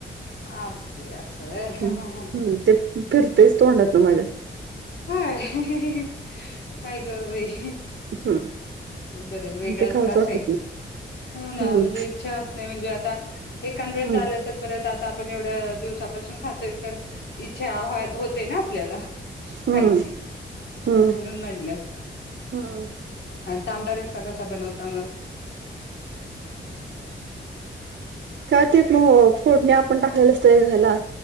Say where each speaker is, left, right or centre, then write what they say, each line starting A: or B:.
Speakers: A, on the left; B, on the right.
A: ओके असं व्हय हा
B: हम्
A: हा हा.
B: ते फिरतेच तोंडात ना माझ्या. ह
A: हा ह काय कर बाई
B: हम्म
A: बर वेगळाच
B: ते खाऊच
A: त्रास
B: वाटत
A: आहे
B: नाही
A: हो ना
B: हम्म
A: म्हणजे इच्छा होत नाही म्हणजे आ एकं
B: हम्म
A: झालं तर परत आता आपण- थोड्या दिवसापासून खातोय तर इच्छा होते ना आपल्याला
B: हम्म
A: खायची
B: हम्म
A: म्हणून म्हटलं
B: हम्म
A: आणि तांबडा रस्ता कसा बनवतो तमल
B: काय ते मग फोडणी आपण टाकलेलं असतंयला